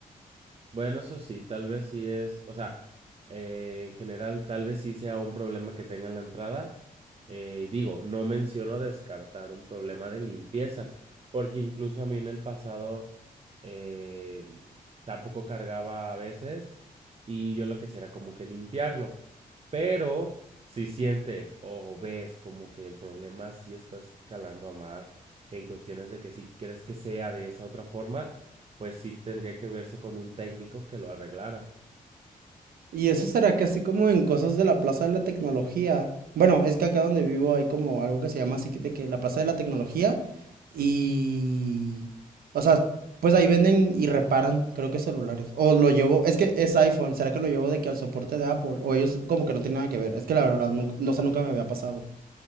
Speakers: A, on the right; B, on the right.
A: Bueno, eso sí, tal vez sí es, o sea, eh, en general tal vez sí sea un problema que tenga en la entrada. Eh, digo, no menciono descartar un problema de limpieza, porque incluso a mí en el pasado eh, tampoco cargaba a veces y yo lo que hacía era como que limpiarlo. Pero si sientes o ves como que el problema sí está escalando a más en cuestiones de que si crees que sea de esa otra forma, pues sí tendría que verse con un técnico que lo arreglara.
B: Y eso será que así como en cosas de la Plaza de la Tecnología. Bueno, es que acá donde vivo hay como algo que se llama así de que la Plaza de la Tecnología Y... O sea, pues ahí venden y reparan, creo que celulares. O lo llevo, es que es iPhone, ¿será que lo llevo de que al soporte de Apple? O ellos como que no tienen nada que ver. Es que la verdad, nunca, no, o sea, nunca me había pasado.